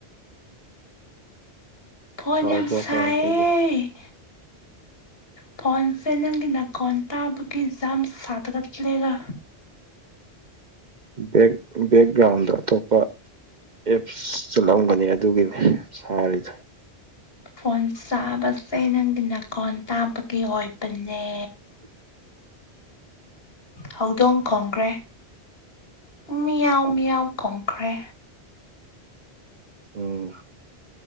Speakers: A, on the left; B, on the right.
A: ꯐꯣꯟ
B: ꯍꯥꯎꯕ꯭ꯔꯣ
A: ꯌꯥꯝ ꯁꯥꯏꯌꯦ
B: ꯀꯃꯥꯏ ꯇꯧꯒꯦ
A: ꯐꯣꯟ ꯆꯦ ꯅꯪꯒꯤꯅꯀꯣꯟ ꯇꯥꯕꯒꯤꯖꯝ ꯁꯥ ꯗꯔꯛꯂꯦꯗ
B: ꯕꯦꯛ ꯕꯦꯛꯒ꯭ꯔꯥꯎꯟꯗ ꯑꯇꯣꯞꯄ ꯑꯦꯞꯁ ꯆꯠꯂꯝꯒꯅꯤ ꯑꯗꯨꯒꯤꯅꯤ ꯁꯥꯔꯤꯗꯣ
A: ꯐꯣꯟ ꯆꯥꯕꯁꯦ ꯅꯪꯒꯤ ꯅꯥꯈꯣꯟ ꯇꯥꯕꯒꯤ ꯑꯣꯏꯕꯅꯦ
B: <unintelligible>
A: ꯍꯧꯗꯣꯡ ꯈꯣꯡꯈ꯭ꯔꯦ ꯃꯤꯌꯥꯎ ꯃꯤꯌꯥꯎ ꯈꯣꯡꯈ꯭ꯔꯦ
B: ꯎꯝ